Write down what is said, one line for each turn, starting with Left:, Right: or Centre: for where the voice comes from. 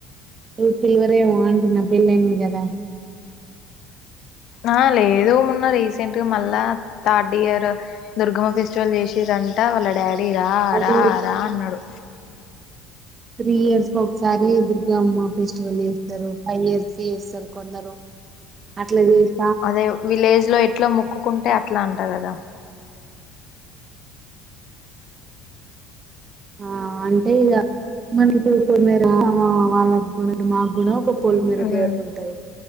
Right: ఉ పిలువరు ఏమో అంటున్న పెళ్లి అయ్యింది కదా
Left: ఆ లేదు మొన్న రీసెంట్గా మళ్ళా థర్డ్ ఇయర్ దుర్గమ్మ ఫెస్టివల్ చేసిరంట వాళ్ళ డాడ్ డీ రా
Right: అది
Left: రా రా అన్నాడు
Right: త్రీ ఇయర్స్ కి ఒకసారి దుర్గమ్మ ఫెస్టివల్ చేస్తారు ఫైవ్ ఇయర్స్ కి చేస్తారు కొందరు అట్లా చేస్
Left: అదే విలేజ్ లో ఎత్ ఏట్లా మొక్కుకుంటే అట్లా అంట కదా
Right: ఆ అంటే ఇక మన ఇప్పుడు ఇప్పుడు మీరు అత్త మామ వాళ్లకు కూడా మా కూడా ఒక్క ఒప్ పొలిమేర
Left: ఉమ్
Right: దేవత ఉంటాయి